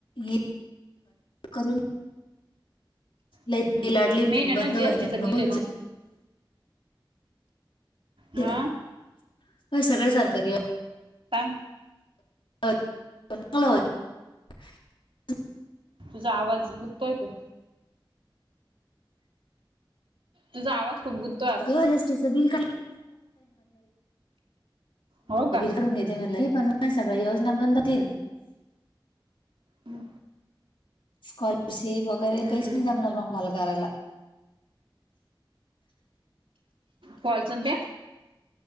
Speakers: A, on the left; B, on the right.
A: हे करून. लयीत
B: हम्म
A: लयी लाडली
B: मेन
A: बहिण
B: आहे ना
A: बंद
B: जीएसटीचं
A: होईन मंग
B: बिल
A: होऊन
B: आहे मग
A: जाईन. तिढ
B: हा
A: नाही सगळ सरकारी वर.
B: टांग!
A: <unintelligible>
B: तुझा आवाज गुततोय खुप. तुझा आवाज खूप गुत
A: <unintelligible> जी एस टी चं बिल
B: हो का
A: काडून देते म्हणलेय, पण माझ्या सगळ्या योजना बंद होतील.
B: हू!
A: स्कॉलरशिप, वगैरे
B: हम्म
A: काहीच नाही जमणार मग मला करायला.
B: कॉलच न त्या!